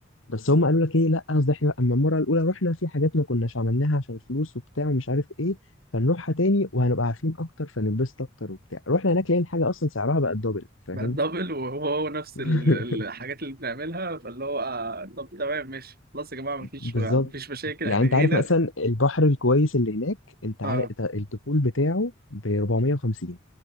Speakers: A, on the left; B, on the right.
A: بس هم قالوا لك ايه لا قصدي احنا اما المره الاولى رحنا في حاجات ما كناش عملناها عشان فلوس وبتاع ومش عارف ايه فنروحها تاني وهنبقى عارفين اكتر فننبسط اكتر وبتاع رحنا هناك لقينا حاجه اصلا سعرها بقى الدبل فاهم
B: بقى الدبل وهو هو نفس
A: <laughs>
B: ال- الحاجات اللي بنعملها فاللي هو آه، طب تمام ماشي خلاص يا جماعه مفيش
A: بالظبط
B: مفيش مشاكل
A: يعني
B: احنا
A: انت
B: جينا
A: عارف مثلا البحر الكويس اللي هناك انت
B: اه
A: عارف الدخول بتاعه ب 450